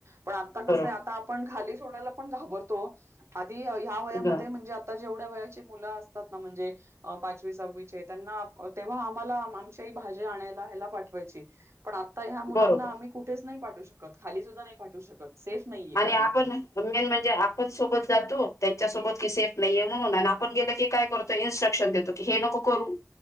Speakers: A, on the right (about 60°); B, on the left (about 85°).
A: पण आता
B: बरोबर
A: कसं आता आपण खाली सोडायला पण घाबरतो आधी ह्या वयामध्ये
B: हं,
A: म्हणजे आता जेवढ ढ्या वयाची मुलं असतात ना म्हणजे पाचवी साहवीचे त्यांना तेव्हा आम्हा काही भाज्या आणायला हेला पाठवायचे आता या मुलांना
B: बरोबर
A: आम्ही कु पाठू शकत, खाली सुद्धा नाही पाठू शकत नाहीये
B: आणि
A: कारण
B: आपण
A: की
B: मेन म्हणजे आपण सोबत जातो त्यासोबत की सेफ नाहीये म्हणून आपण गेलं की काय करतो इन्स्ट्रक्शन देतो की हे नको करू